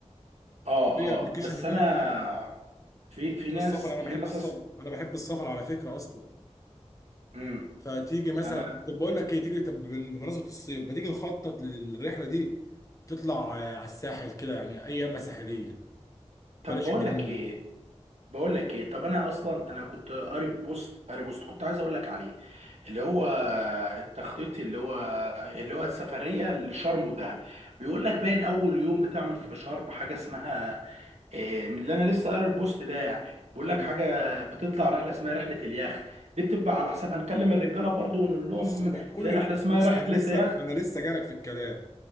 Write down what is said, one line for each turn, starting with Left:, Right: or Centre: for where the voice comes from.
Right: اه
Left: في
Right: اه
Left: ابلكيشن
Right: بس
Left: هناك
Right: انا في
Left: من
Right: في
Left: كتر
Right: ناس
Left: السفر انا
Right: في
Left: بحب
Right: ناس
Left: السفر
Right: أص...
Left: انا بحب السفر على فكره اصلا
Right: مم.
Left: فتيجي مثلا
Right: تمام
Left: طب بقول لك ايه تيجي طب بن- بمناسبه الصيف ما تيجي نخطط للرحله دي تطلع آه، على الساحل كده يعني اي يمه ساحليه
Right: طب
Left: بلاش
Right: بقول
Left: الجنوب
Right: لك ايه بقول لك ايه طب انا اصلا انا كنت قاري بوست قاري بوست كنت عايز اقول لك عليه اللي هو التخطيط اللي هو اللي هو السفريه لشرم ده بيقول لك باين اول يوم بتعمل في شرم حاجه اسمها إيه، من اللي انا لسه قاري البوست ده يعني بيقول
Left: أيوة.
Right: لك حاجه بتطلع رحله اسمها رحله اليخت دي بتبقى على حساب هنكلم الرجاله برضو ونقول لهم
Left: بص إيه ده كل
Right: في رحله
Left: ال-
Right: اسمها
Left: بص
Right: رحله
Left: انا لسه
Right: يخت
Left: انا لسه جالك في الكلام